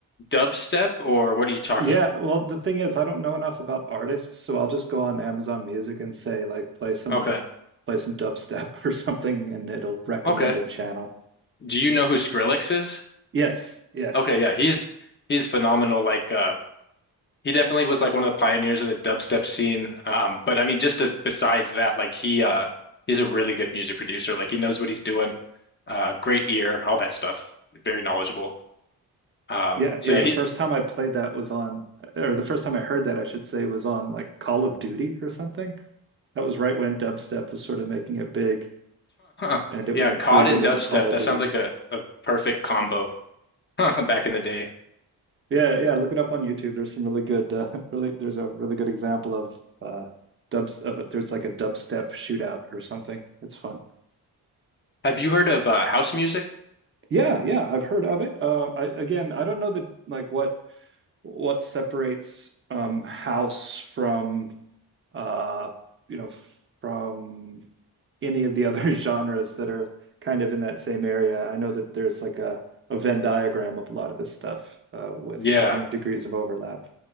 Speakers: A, on the left; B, on the right.
A: dubstep or what are you talking?
B: Yeah, well, the thing is, I don't know enough about artists, so I'll just go on Amazon Music and say like play some
A: Okay.
B: play some dubstep <laughs> or something and it'll recommend
A: Okay.
B: a channel.
A: Do you know who Skrillex is?
B: Yes, yes.
A: Okay, yeah, he's he's phenomenal like uh He definitely was like one of the pioneers of the dubstep scene. Um, but I mean, just to, besides that, like he uh, he's a really good music producer. Like he knows what he's doing. Uh, great ear, all that stuff. Very knowledgeable. Um,
B: Yeah,
A: so
B: yeah,
A: yeah,
B: the
A: he's
B: first time I played that was on or the first time I heard that I should say was on like Call of Duty or something. That was right when dubstep was sort of making it big
A: <laughs>
B: and it
A: yeah,
B: was included
A: cod and
B: in
A: dubstep.
B: a Call of
A: That
B: Duty
A: sounds like a, a perfect combo <laughs> back in the day.
B: Yeah, yeah, look it up on YouTube. There's some really good uh, <laughs> really there's a really good example of uh dubs of it. There's like a dubstep shootout or something. It's fun.
A: Have you heard of uh, house music?
B: Yeah, yeah, I've heard of it. Uh I again, I don't know that like what what separates um house from uh you know from any of the other <laughs> genres that are kind of in that same area. I know that there's like a a Venn diagram of a lot of this stuff uh with
A: Yeah,
B: varying degrees of overlap.